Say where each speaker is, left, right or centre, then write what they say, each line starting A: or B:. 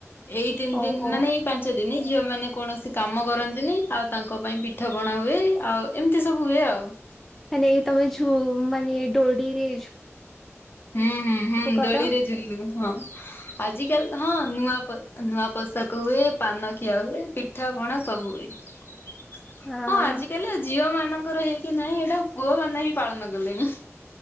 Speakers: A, on the left (about 45°); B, in the centre.
A: ଏଇ ତିନି
B: ଓହୋ।
A: ଦିନ ମାନେ ଏଇ ପାଞ୍ଚ ଦିନ ଝିଅ ମାନେ କଣ ସେ କାମ କରନ୍ତି ନି ଆଉ ତାଙ୍କ ପାଇଁ ପିଠା ପଣା ହୁଏ ଆଉ ଏମିତି ସବୁ ହୁଏ ଆଉ।
B: ମାନେ ତମେ ଯୋଉ ମାନେ ଦଉଡ଼ିରେ
A: ହୁଁ ହୁଁ ହୁଁ
B: କର
A: ଦୋଳିରେ ଝୁଲୁ ହଁ ଆଜିିକାଲି ହଁ ନୂଆ ପ ନୂଆ ପୋଷାକ ହୁଏ ପାନ ଖିଆ ହୁଏ ପିଠା ପଣା ସବୁ ହୁଏ। ହଁ
B: ହଁ
A: ଆଜିକାଲି ଝିଅ ମାନଙ୍କ ତାଙ୍କର ହେଇକି ନାଇଁ ଏଇଟା ପୁଅମାନେ ହିଁ ପାଳନ କଲେଣି।